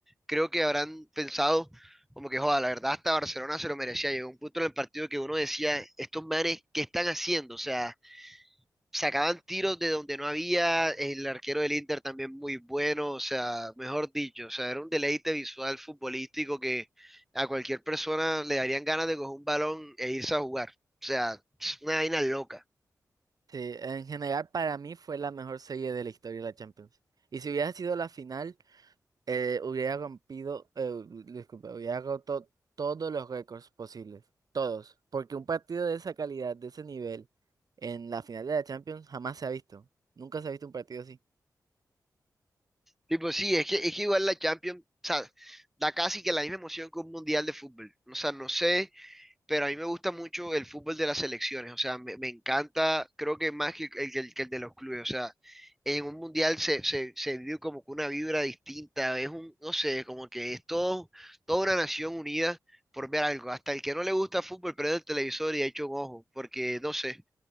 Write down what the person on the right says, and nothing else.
sí, en general para mí fue la mejor serie de la historia de la Champions. Y si hubiera sido la final, eh, hubiera rompido, eh, u- disculpa, hubiera roto todos los récords posibles, todos, porque un partido de esa calidad, de ese nivel, en la final de la Champions jamás se ha visto. Nunca se ha visto un partido así.